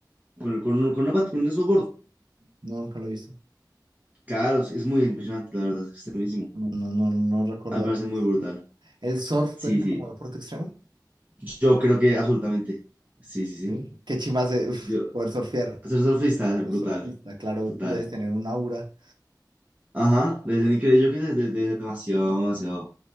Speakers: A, on the right (about 20°); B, on the right (about 80°).
A: Con, con, con una, pat- con un snowboard.
B: No, nunca lo he visto.
A: Claro, sí, es muy impresionante, la verdad, es extremísimo.
B: No, no, no, no recuerdo
A: A mí me
B: haberlo
A: parece
B: visto.
A: muy brutal.
B: ¿El surf
A: Sí,
B: cuenta
A: sí.
B: como deporte extremo?
A: Yo creo que absolutamente. Sí, sí, sí.
B: Sí. Qué chimba hace, uf,
A: Yo,
B: poder surfear,
A: ser surfista es
B: ser
A: brutal,
B: surfista, claro,
A: total.
B: debes tener un aura.
A: Ajá, desde ni increíble, yo que desde, desde demasiado, demasiado.